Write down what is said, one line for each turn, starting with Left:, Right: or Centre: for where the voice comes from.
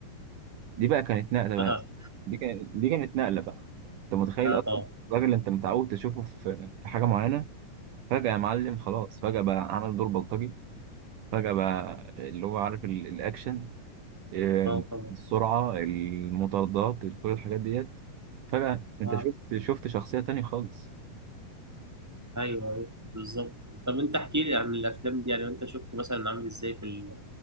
Right: دي بقى كانت نقلة
Centre: اه
Right: بقى دي كانت دي كانت نقلة بقى أنت متخيل
Centre: اه
Right: أصلا
Centre: طبعا
Right: الراجل اللي أنت متعود تشوفه في في حاجة معينة فجأة يا معلم خلاص فجأة بقى عمل دور بلطجي فجأة بقى اللي هو عارف ال- الأكشن آه،
Centre: اه طبعا
Right: السرعة المطاردات كل الحاجات ديت فجأة أنت
Centre: اه
Right: شفت شفت شخصية تانية خالص
Centre: ايوه ايوه بالظبط طب انت احكي لي عن الافلام دي يعني انت شفت مثلا عامل ازاي في ال-